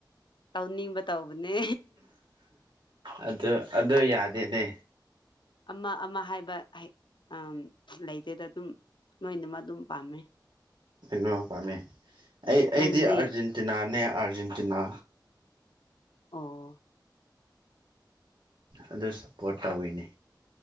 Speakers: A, on the left; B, on the right.
A: ꯇꯧꯅꯤꯡꯕ ꯇꯧꯕꯅꯦ
B: ꯑꯗꯨ ꯑꯗꯨ ꯌꯥꯗꯦꯅꯦ
A: ꯑꯃ ꯑꯃ ꯍꯥꯏꯕ ꯍꯩ ꯑ ꯂꯩꯗꯦꯗ ꯑꯗꯨꯝ ꯅꯣꯏꯅ ꯃꯥꯗꯨꯝ ꯄꯥꯝꯃꯦ
B: ꯀꯃꯛ ꯄꯥꯝꯃꯤ ꯑꯩ ꯑꯩꯗꯤ
A: ꯅꯪꯗꯤ
B: ꯑꯥꯔꯖꯦꯟꯇꯤꯅꯥꯅꯦ ꯑꯥꯔꯖꯦꯟꯇꯤꯅꯥ
A: ꯑꯣ
B: ꯑꯗꯨ ꯁꯞꯄꯣꯔꯠ ꯇꯧꯋꯤꯅꯦ